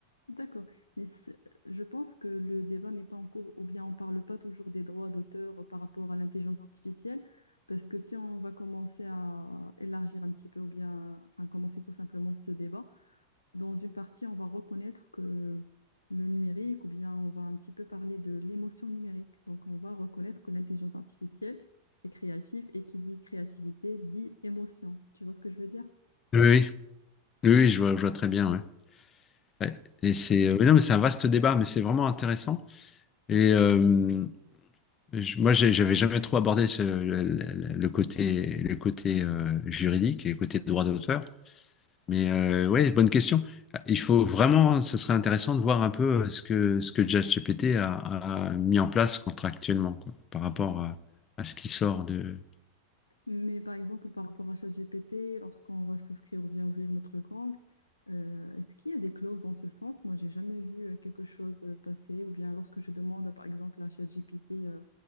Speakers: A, on the left; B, on the left.
A: D'accord. Mais c'est- je pense que le débat n'est pas en cours, ou bien on ne parle pas toujours des droits d'auteur par rapport à l'intelligence artificielle, parce que si on va commencer à élargir un petit peu, ou bien, enfin, commencer tout simplement ce débat, Dans une partie, on va reconnaître que le numérique, ou bien on va un petit peu parler de l'émotion numérique. Donc, on va reconnaître que l'intelligence artificielle est créative et qui dit créativité dit émotion. Tu vois ce que je veux dire?
B: Oui, oui, Oui, oui, je vois, je vois très bien, ouais. Ouais. Et c'est, euh, mais non, mais c'est un vaste débat, mais c'est vraiment intéressant. Et, euh, Je- Moi, j'ai- j'avais jamais trop abordé ce- le, le- le côté, le côté euh, juridique et le côté droit d'auteur. Mais euh, ouais, bonne question. Il faut vraiment, ce serait intéressant de voir un peu euh, ce que ce que ChatGPT a, a mis en place contractuellement, quoi, par rapport à, à ce qui sort de.
A: Mais par exemple, par rapport à ChatGPT, lorsqu'on va souscrire ou bien ouvrir notre compte, euh, est-ce qu'il y a des clauses dans ce sens? Moi, j'ai jamais vu euh, quelque chose euh, passer. Ou bien lorsque je demande, par exemple, à ChatGPT euh,